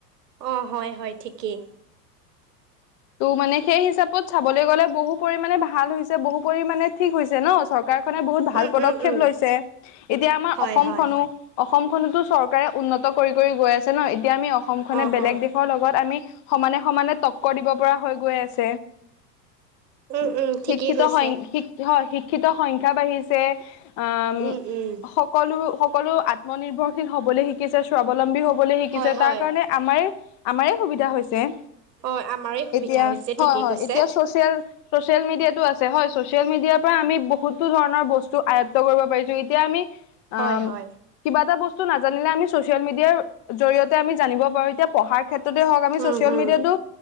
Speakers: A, on the right; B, on the left.
A: অ' হয় হয় ঠিকেই।
B: ত' মানে সেই হিচাপত চাবলৈ গ'লে বহু পৰিমণে ভাল হৈছে বহু পৰিমামানে ঠিক হৈছে ন'। চৰকাৰখনে বহুত ভাল
A: উম
B: পদক্ষেপ
A: উম উম
B: লৈছে, এতিয়া আমাৰ
A: হয়
B: অসমখনো
A: হয়
B: অসমখনতো চৰকাৰে উন্নত কৰি কৰি গৈ আছে ন' এতিয়া আমি অসমখনে
A: অ'
B: বেলেগ
A: অ'
B: দেশৰ লগত আমি সমানে সমানে তকৰ দিব পৰা হৈ গৈ আছ
A: উম উম
B: <unintelligible>
A: ঠিকেই
B: শিক্ষিত
A: কৈছে
B: হয় শিক হয় শিক শিক্ষিত সংখ্যা বাঢ়িছে অম,
A: উম উম
B: সকলো সকলো আত্মনিৰ্ভৰশীল হ'বলৈ শিকিছে স্বাৱলম্বী হ'বলৈ শিকিছে
A: হয় হয়
B: তাৰ কাৰণে আমাৰ আমাৰে সুবিধা হৈছে।
A: অ' আমাৰে সুবিধা
B: এতিয়া
A: হৈছে
B: হয়
A: ঠিকেই
B: হয়
A: কৈছে।
B: এতিয়া চচিয়েল ছচিয়েল মিডিয়াতটো আছে হয় ছচিয়েল মিডিয়াৰ পৰা আমি বহুতো ধৰণৰ বস্তু আয়ত্ব কৰিব পাৰিছোঁ এতিয়া আমি অম,
A: হয় হয়
B: কিবা এটা বস <unintelligible> নাজানিলে আমি ছ'চিয়েল মিডিয়াত জৰিয়তে আমি জানিব পাৰোঁ এতিয়া পঢ়াৰ ক্ষে <unintelligible> হওঁক আমি
A: উম
B: ছ'চিয়েল
A: হুম
B: মিডিয়াটো